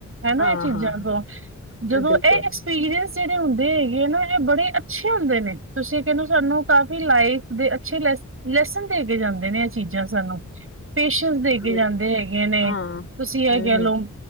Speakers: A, on the right (about 45°); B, on the left (about 45°).
A: ਹਨਾ
B: ਹਾਂ
A: ਇਹ ਚੀਜ਼ਾਂ
B: ਹਾਂ
A: ਤੋਂ, ਜਦੋਂ
B: ਬਿਲਕੁਲ
A: ਇਹ ਐਕਸਪੀਰੀਅੰਸ ਜਿਹੜੇ ਹੁੰਦੇ ਹੈਗੇ ਆ ਨਾ ਇਹ ਬੜੇ ਅੱਛੇ ਹੁੰਦੇ ਨੇ, ਤੁਸੀਂ ਕਹਿ ਸਾਨੂੰ ਕਾਫੀ ਲਾਈਫ ਦੇ ਅੱਛੇ ਲੈ ਲੈਸਨ ਦੇ ਕੇ ਜਾਂਦੇ ਨੇ ਇਹ ਚੀਜ਼ਾਂ ਸਾਨੂੰ ਪੇਸ਼ੈਂਸ ਦੇ ਕੇ
B: ਬਿਲਕੁਲ
A: ਜਾਂਦੇ ਹੈਗੇ ਨੇ,
B: ਹਾਂ
A: ਤੁਸੀਂ ਇਹ
B: ਹਮ
A: ਕਹਿ ਲਓ
B: ਹਮ